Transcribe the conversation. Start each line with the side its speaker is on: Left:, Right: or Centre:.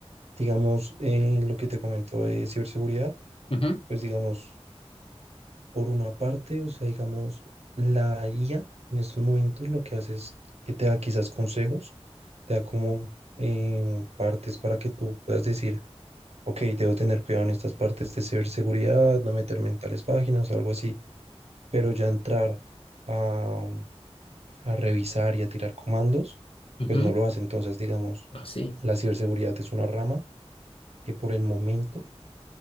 Right: Digamos, eh, lo que te comento de ciberseguridad,
Left: ujú,
Right: pues digamos, por una parte, o sea, digamos, la IA en estos momentos lo que hace es que te da quizás consejos, te da como em, partes para que tú puedas decir ok, debo tener cuidado en estas partes de ciberseguridad, no meterme en tales páginas o algo así, pero ya entrar a, a revisar y a tirar comandos,
Left: ujú,
Right: pues no lo hace. Entonces, digamos,
Left: así.
Right: la ciberseguridad es una rama que por el momento